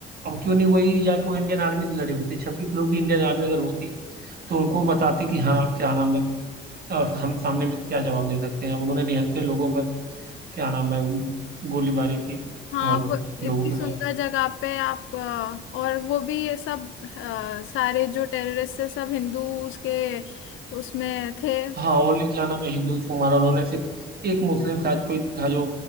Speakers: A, on the right; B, on the left.
A: अब क्यों नहीं वही या कोई इंडियन आर्मी से लड़े होते छब्बीस लोग भी इंडियन आर्मी अगर होती तो उनको बताती कि हाँ क्या नाम है अ, हम सामने भी क्या जवाब दे सकते हैं उन्होंने निहत्थे लोगों पर क्या नाम है गोलीबारी की
B: हाँ
A: और
B: आप
A: लोगों
B: इतनी
A: को
B: सुंदर
A: मार
B: जगह पे आप अ, और वो भी ये सब अ, सारे जो टेररिस्ट है सब हिंदूज के उसमें थे
A: हाँ ओनली क्या नाम है हिंदू को मारा उन्होंने सिर्फ एक मुस्लिम शायद कोई था जो